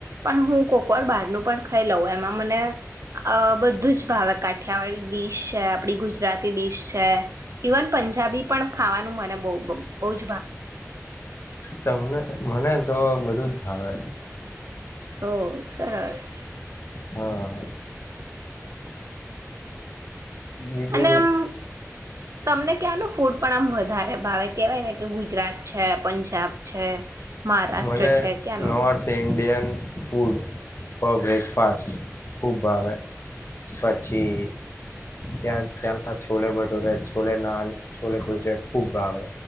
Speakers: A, on the right; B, on the left.
A: પણ હું કોકવાર બહારનું ખાઈ લઉ એમાં મને બધું જ ભાવે કાઠિયાવાડી ડીશ છે આપડી ગુજરાતી ડીશ છે ઇવન પંજાબી પણ ખાવાનું મને બ બ
B: તમને મને તો બધું જ હા.
A: તો સરસ
B: હા. બીજું
A: અને અમ તમને ક્યાનું ફૂડ પણ આમ વધારે ભાવે કેવાય ને કે ગુજરાત છે પંજાબ છે. મહારાષ્ટ્ર
B: મને
A: છે ક્યાંનું
B: north Indian food uh breakfast ખુબ ભાવે. પછી ત્યાં ત્યાંના છોલે ભટૂરે છોલે નાન છોલે કુરચે ખુબ ભાવે